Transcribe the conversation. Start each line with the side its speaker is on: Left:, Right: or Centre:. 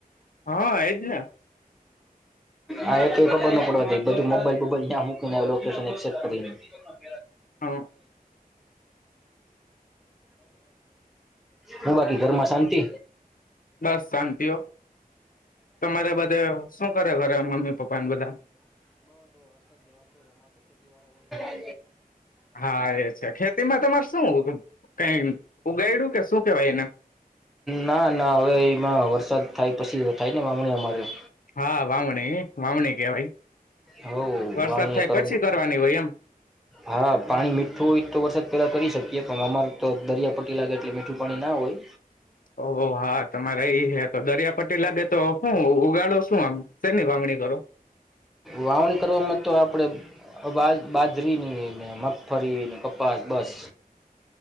Left: હા એજ ને
Centre: હા એ તો ખબર નો પડવા દે બધું મોબાઈલ બોબાઈલ ક્યાં મૂકી લોકેશન એક્સેપ્ટ કરીને. <inaudible> <inaudible>
Left: હ
Centre: હું બાકી ઘરમાં શાંતિ.
Left: બસ શાંતિઓ તમારે બધે શું કરે ઘરે મમ્મી પપ્પા ને બધા
Centre: <inaudible> <inaudible> <inaudible> <inaudible>
Left: હા એ છે ખેતીમાં તમારે શું કઈ ઉગાયડું કે શું કેવાય એને
Centre: ના ના હવે એમાં વરસાદ થાય. પછી અયા થાય ને વાવણી અમારી.
Left: હા વાવણી વાવણી કેવાય.
Centre: હ
Left: વરસાદ
Centre: વાવણી
Left: થાય
Centre: કર
Left: પછી કરવાની હોય એમ
Centre: હા પાણી મીઠું હોય તો વરસાદ પેલા કરી શકીએ પણ અમાર તો દરિયા પટ્ટી લાગે એટલે મીઠું પાણી ના હોય.
Left: ઓ હા તમારે ઈ હ તો દરિયા પટ્ટી લાગે તો હું ઉગાડો શું આમ શેની વાવણી કરો
Centre: વાઉન કરવામાં તો આ પડે બા બાજરીની ને મગફળીને કપાસ બસ.